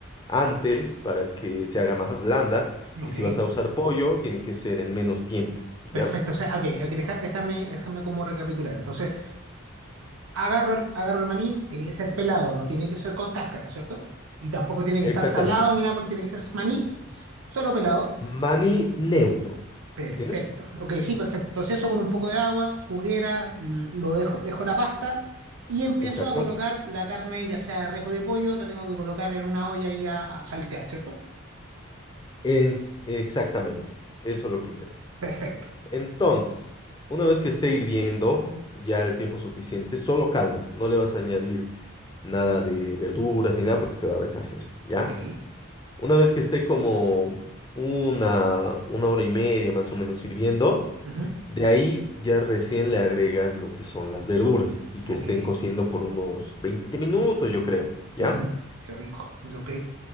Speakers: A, on the left; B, on the right.
A: antes para que se haga más blanda,
B: ok.
A: y si vas a usar pollo, tiene que ser en menos tiempo, ¿ya?
B: Perfecto. O sea, ok, ok, deja- déjame, déjame como recapitular. Entonces, agarro el, agarro el maní, tiene que ser pelado, no tiene que ser con cáscara, ¿cierto? Y tampoco tiene que
A: Exactamente.
B: estar salado ni nada, porque tiene que ser maní s- solo pelado.
A: Maní neutro,
B: Perfecto.
A: ¿entiendes?
B: Ok, sí, perfecto. Entonces eso con un poco de agua, juguera, l- lo dejo, dejo la pasta y empiezo
A: Exacto.
B: a colocar la carne, ya sea de res o de pollo, la tengo que colocar en una olla y a, a saltear, ¿cierto?
A: Es- exactamente. Eso es lo que se hace.
B: Perfecto.
A: Entonces, una vez que esté hirviendo ya el tiempo suficiente, solo caldo, no le vas a añadir nada de verduras ni nada porque se va a deshacer, ¿ya?
B: Ok.
A: Una vez que esté como una, una hora y media más o menos hirviendo,
B: Ujú.
A: de ahí ya recién le agregas lo que son las verduras y que
B: Ok.
A: estén cociendo por unos 20 minutos, yo creo, ¿ya?
B: Ujú, Qué rico. Pues, ok.